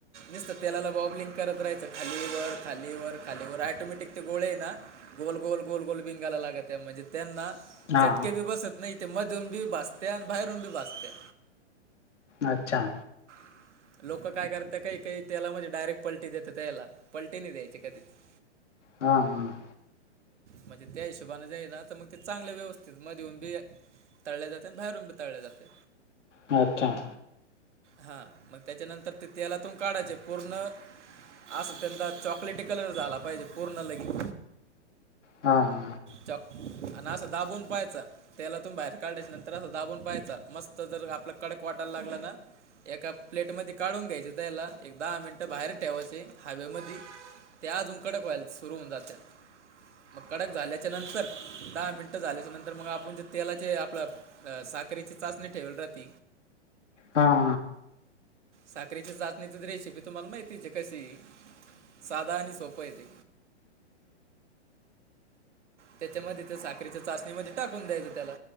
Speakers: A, on the right (about 80°); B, on the left (about 85°).
A: नुसतं तेलाला बॉबलिंग करत राहायचं खाली वर खाली वर खाली वर टोमॅटिक ते गोळे हाय ना गोल गोल गोल गोल बिनगायला लागतय म्हणजे त्यांना.
B: हा
A: चटके बी बसत नाही तेे मधून बी भाजत्या आणि बाहेरून बी भाजत्या
B: अच्छा!
A: <inaudible> लोक काय करत्यात काही काही तेलामधी डायरेक्ट पलटी देतात त्याला पलटी नाही द्यायची कधीच <inaudible>
B: हा हा
A: म्हणजे त्या हिशोबाने जे हाय ना आता मग ते चांगलं व्यवस्थित मधून बी तळले जाते आणि बाहेरून बी तळले जाते
B: हा का
A: हा मग त्याच्यानंतर ते तेलातून काढायचे पूर्ण असं त्यांचा चॉकलेटी कलर झाला पाहिजे पूर्ण लगे
B: हा हा
A: चाॅक आणि असं दाबून पाहायचा तेलातून बाहेर काढाल्याच्या नंतर असं दाबून पाहायचा मस्त जर आपलं कडक वाटायला लागलं ना एका प्लेटमध्येध्ये काढून घ्यायचे त्याला एक दहा मिनटं बाहेर ठेवायचे हवेमध्येध त्या अजून कडक व्हायला सुरु होऊन जात्या मग कडक झाल्याच्या नंतर दहा मिनटं झाल्याच्या नंतर मग आपण जे तेलाचे आपलं अ साखरची चाचणी ठेवेल राह त
B: हा.
A: साखरीची चाचणीची रेसिपी तुम्हाला माहितीची कशी साधा आणि सोपं आहे ती. त्याच्यामध्ये तर साखरीच्या चाचणीमध्ये टाकून द्यायचं त्याला